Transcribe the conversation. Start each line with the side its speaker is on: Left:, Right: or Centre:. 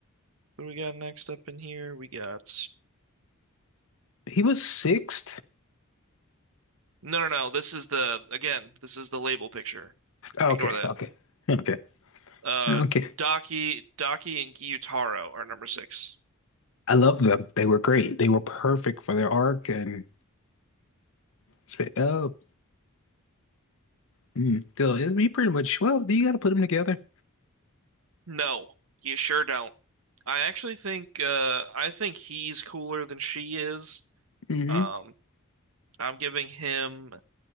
Right: what do we got next up in here? We got
Left: he was sixth.
Right: no no no. This is the again. This is the label picture.
Left: Oh,
Right: Ignore
Left: Okay,
Right: that.
Left: okay, okay,
Right: Uh,
Left: okay.
Right: Daki, Daki and Gyutaro are number six.
Left: I love them. They were great. They were perfect for their arc and sp- oh, mm, still, it- he pretty much. Well, you got to put them together.
Right: No, you sure don't. I actually think uh, I think he's cooler than she is.
Left: Mm-hmm.
Right: Um, I'm giving him